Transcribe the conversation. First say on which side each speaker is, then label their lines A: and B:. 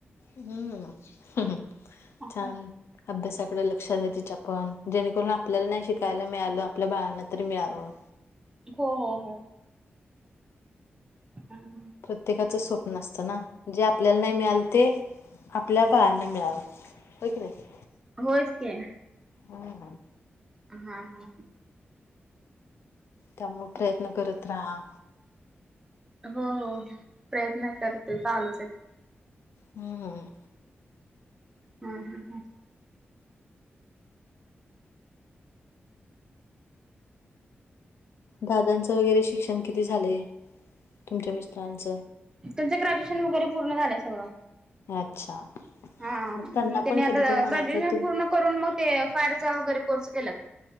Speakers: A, on the left; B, on the right.
A: हम्म हम्म
B: असं
A: छान. अभ्यासाकडे लक्ष द्या तिचापण जेणेकरून आपल्याला नाही शिकायला मिळालं, आपल्या बाळांना तरी मिळावं.
B: हो हो हो. <unintelligible>
A: प्रत्येकाचं स्वप्न असतं ना, जे आपल्याला नाही मिळालं ते आपल्या बाळांना मिळावं. होय कि नाही.
B: होयच कि.
A: हम्म.
B: हा हा हा.
A: त्यामुळं प्रयत्न करत राहा.
B: हो हो प्रयत्न करते, चालूच आहेत.
A: हो हो.
B: <unintelligible>
A: दादांचं वगैरे शिक्षण किती झालयं, तुमच्या मिस्टरांच.
B: तुमचं ग्रॅज्युएशन वगैरे पूर्ण झालंय सगळं.
A: अच्छा
B: हा
A: मग त्यांना
B: त्याने
A: कधी
B: आता
A: जाऊन म्हणायचं
B: ग्रॅज्युएशन
A: तूम
B: पूर्ण करून मग ते फायरचा वगैरे कोर्स केला.